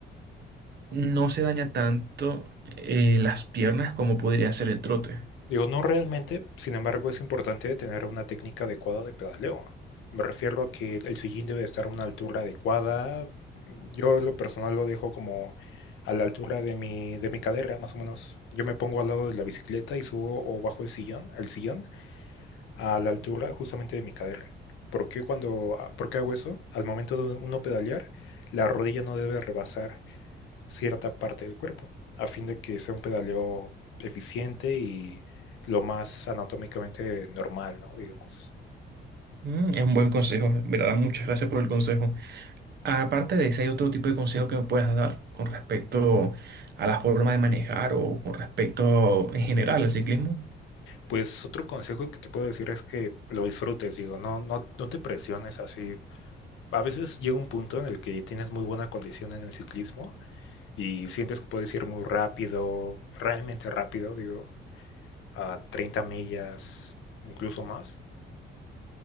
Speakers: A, on the right (about 55°); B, on the left (about 80°).
A: no se daña tanto eh, las piernas como podría ser el trote.
B: Digo, no realmente, sin embargo, es importante tener una técnica adecuada de pedaleo. Me refiero a que el sillín debe estar a una altura adecuada. Yo en lo personal lo dejo como a la altura de mi, de mi cadera, más o menos. Yo me pongo al lado de la bicicleta y subo o bajo el sillón, el sillón a la altura justamente de mi cadera. ¿Por qué cuando, por qué hago eso? Al momento de uno pedalear, la rodilla no debe rebasar cierta parte del cuerpo, a fin de que sea un pedaleo eficiente y lo más anatómicamente normal, ¿no? Digamos.
A: Mm, es un buen consejo, en verdad, muchas gracias por el consejo. Aparte de ese, ¿hay otro tipo de consejo que me puedas dar con respecto a la forma de manejar o con respecto en general al ciclismo?
B: Pues otro consejo que te puedo decir es que lo disfrutes, digo, no, no, no te presiones así. A veces llega un punto en el que tienes muy buena condición en el ciclismo y sientes que puedes ir muy rápido, realmente rápido, digo, a 30 millas, incluso más.